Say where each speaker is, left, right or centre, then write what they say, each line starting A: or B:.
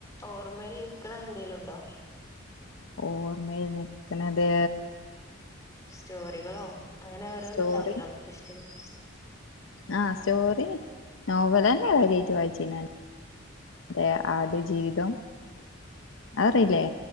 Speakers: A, on the left; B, on the left.
A: ഓർമയിൽ നിക്ക്‌ണ എന്തേലുണ്ടോ?
B: ഓർമ്മയില് നിക്ക്‌ണത്,
A: സ്റ്റോറികളോ അങ്ങനെ ഓരോന്ന്ണ്ടാവൊല്ലോ
B: സ്റ്റോറി
A: നമ്മക്ക്ഷ്ടപ്പെട്ടത്
B: ആഹ് സ്റ്റോറി നോവലെന്നെ കാര്യായിട്ട് വായിച്ചീന്നെ. <unintelligible> ആ ട് ജീവിതം. അത് അറീല്ലേ?